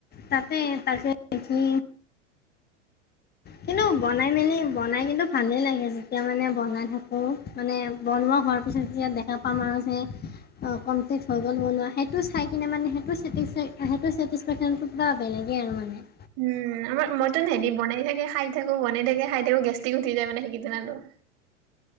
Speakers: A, on the left (about 25°); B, on the right (about 50°).
A: তাতে তাকে কি কিন্তু বনাই মেলি বনাই কিন্তু ভালেই লাগে যেতিয়া মানে বনাই থাকো মানে বনোৱা হোৱাৰ পিছত যেতিয়া দেখা পাম আৰু অ কমপ্লিট হৈ গ'ল বনোৱা সেইটো চাই কিনে মানে সেইটো চেটিং চাই সেইটো চেটিছফেকশ্যনটো পুৰা বেলেগেই আৰু মানে
B: উম আমাৰ মতন হেতি বনাই থাকে খাই থাকো বনাই থাকে খাই থাকো তেওঁ গেষ্ট্ৰিক উঠি যায় মানে সেইদিনাতো